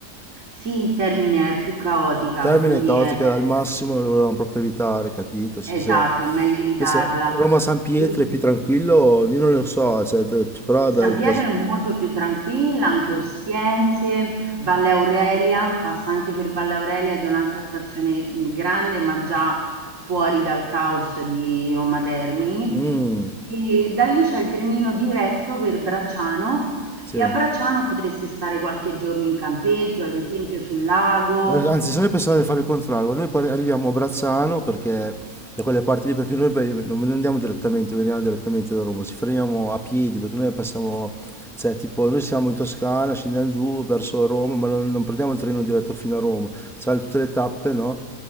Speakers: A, on the right (about 55°); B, in the centre.
A: Sì, Termine è più caotica,
B: Termine
A: quindi
B: caotica
A: è
B: al massimo lo volevamo proprio evitare, capito? Se-
A: esatto,
B: se-
A: è meglio evitarla.
B: Invece Roma-San Pietro
A: E-
B: è più tranquillo, io non lo so, cioè, t- però
A: San
B: da... da...
A: Pietro è molto più tranquilla, anche Ostiense, Valle Aurelia, passa anche per Valle Aurelia che è un'altra stazione mh, grande, ma già fuori dal caos di Roma Termini.
B: Mm,
A: E da lì c'è il trenino diretto per Bracciano
B: sì.
A: e a Bracciano potreste stare qualche giorno in campeggio, ad esempio sul lago.
B: Anzi, se noi pensavamo
A: e
B: di fare il contrario, noi poi arriviamo a Brazzano perché da quelle parti lì, perché noi poi non andiamo direttamente, veniamo direttamente da Roma, ci fermiamo a piedi perché noi passiamo, cioè tipo noi siamo in Toscana, scendiamo giù verso Roma, ma non, non prendiamo il treno diretto fino a Roma, c'è tutte le tappe, no?